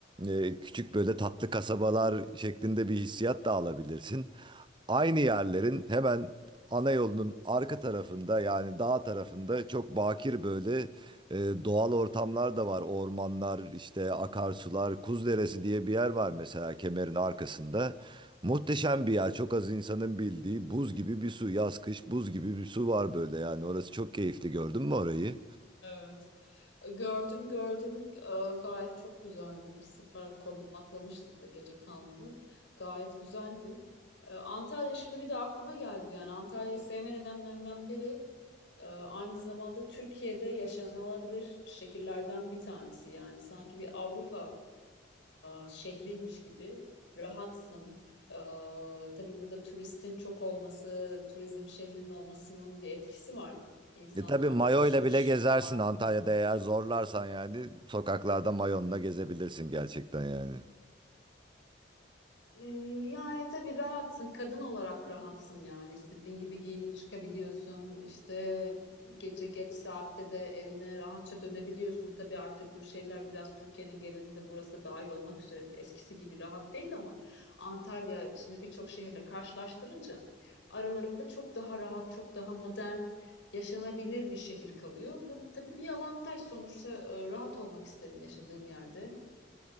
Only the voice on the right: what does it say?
e, küçük böyle tatlı kasabalar şeklinde bir hissiyat da alabilirsin. Aynı yerlerin hemen ana yolunun arka tarafında yani dağ tarafında çok bakir böyle e, doğal ortamlar da var. Ormanlar, işte akarsular, Kuz Deresi diye bir yer var mesela kemerin arkasında. Muhteşem bir yer. Çok az insanın bildiği buz gibi bir su. Yaz kış buz gibi bir su var böyle yani. Orası çok keyifli. Gördün mü orayı?
E tabii mayoyla
bile gezersin
Antalya'da
eğer zorlarsan yani sokaklarda mayonla gezebilirsin gerçekten yani.